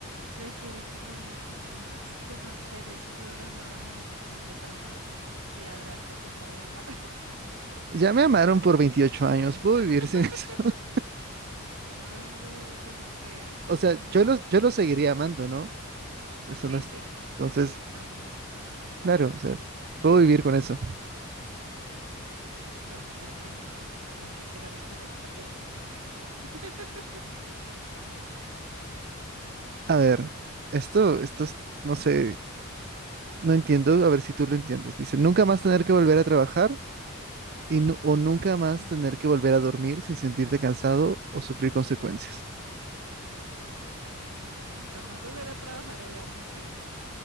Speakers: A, on the right; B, on the right.
A: ¿Prefieres que te odien tus padres, que son seres programados genéticamente para amarte y adorarte por toda la vida?
B: Ya me amaron por 28 años, puedo
A: <laughs>
B: vivir sin eso. <laughs>
A: Ay, no, yo no sé, yo
B: O sea,
A: soy como
B: yo los,
A: muy
B: yo
A: mamá.
B: los seguiría amando, ¿no? Eso
A: Sí,
B: no es.
A: sí,
B: Entonces,
A: sí, eso no.
B: claro, o sea, puedo vivir
A: Mm,
B: con eso.
A: yo creo que no, no quisiera responder esta pregunta siguiente. <laughs>
B: A ver, esto, esto es, no sé. No entiendo, a ver si tú lo entiendes. Dice, nunca más tener que volver a trabajar y nu- o nunca más tener que volver a dormir sin sentirte cansado o sufrir consecuencias.
A: Mm, nunca más volver a trabajar, obviamente.